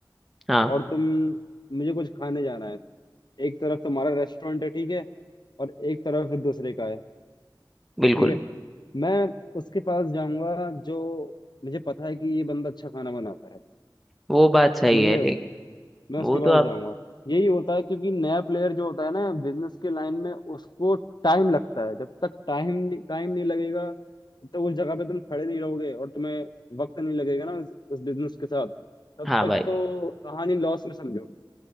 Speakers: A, in the centre; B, on the left.
A: हाँ
B: और तुम मुझे कुछ खाने जाना है एक तरफ तुम्हारा रेस्टोरेंट है ठीक है और एक तरफ दूसरे का है
A: बिल्कुल
B: ठीक है मैं उसके पास जाऊंगा जो मुझे पता है कि ये बंदा अच्छा खाना बनाता है
A: वो बात सही
B: समझ
A: है
B: रहे हो मैं
A: वो
B: उसके पास
A: तो अब
B: जाऊंगा यही होता है क्योंकि नया प्लेयर जो होता है ना बिजनेस के लाइन में उसको टाइम लगता है जब तक टाइम टाइम नहीं लगेगा तो उस जगह पे तुम खड़े नहीं रहोगे और तुम्हें वक्त नहीं लगेगा ना उस, उस बिजनेस के साथ तब
A: हाँ
B: तक
A: भाई
B: तो कहानी लॉस में समझो